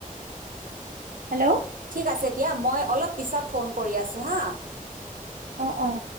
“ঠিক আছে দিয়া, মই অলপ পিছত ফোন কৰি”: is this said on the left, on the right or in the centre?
Right